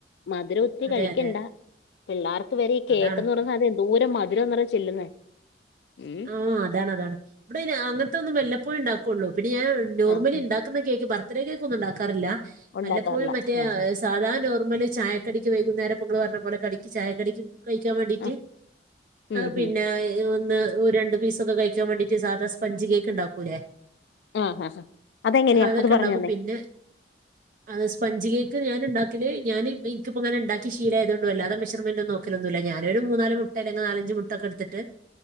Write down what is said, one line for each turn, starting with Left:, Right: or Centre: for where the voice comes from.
Left: മധുരം ഒത്തിരി
Right: അതെ
Left: കഴിക്കണ്ട
Right: അതെ
Left: പിള്ളേർക്ക് വരെ ഈ കേക്ക്
Right: അതാണ്
Left: എന്ന് പറഞ്ഞ സാധന ന്തോരം മധുരം ന്നറിയ ചെല്ലുന്നേ ഉം
Right: ആഹ് ആഹ് അതാണ് അതാണ് ഇവിടെ അങ്ങനത്തെ ഒന്നും വെല്ലപ്പോഴും ഉണ്ടാക്കുള്ളൂ പിന്നെ ഞാൻ നോർമലി
Left: ആഹ്
Right: ഉണ്ട ക്കുന്ന കേക്ക് ബർത്തിഡേ കേക്ക് ഒന്നും ഉണ്ടാക്കാറില്ല
Left: ഉണ്ടാക്കാറില്ല
Right: വല്ലപ്പോഴും മറ്റേ
Left: ആഹ്
Right: സാധാരണ നോർമല് ചായക്കടിക്ക് വൈകുന്നേരംപ്പോങ്ങള് പറഞ്ഞ പോലെ കടിക്ക് ചായക്കടിക്ക് കഴിക്കാൻ വേണ്ടിട്ട്
Left: ആഹ് ഉം
Right: പിന്നെ
Left: ഉം
Right: ഈ ഒന്ന് ഒരു രണ്ട് പീസൊക്കെ കഴിക്കാ വേണ്ടിട്ട് സാധാ സ്പഞ്ച് കേക്ക് ഇ ണ്ടാക്കൂലേ
Left: ആഹ് ആഹ് അതെങ്ങനെയാ
Right: ഹതൊക്കെ
Left: അത് പറഞ്ഞു
Right: ഇണ്ടാക്കും
Left: തന്നെ
Right: പിന്നെ അത് സ്പഞ്ച് കേക്ക് ഞാൻ ഇ ണ്ടാക്കല് ഞാന് ഇപ്പോങ്ങനെ ഇണ്ടാക്കി ശീല ആയതൊണ്ട് വല്ലാതെ മെഷർമെന്റ് ന്നും ഒന്നം ലൊന്നുല്ല ഞാനൊരു മൂന്നാല് മുട്ട അല്ലെ നീലഞ്ച് മുട്ട ഒക്കെ എടുത്തിട്ട്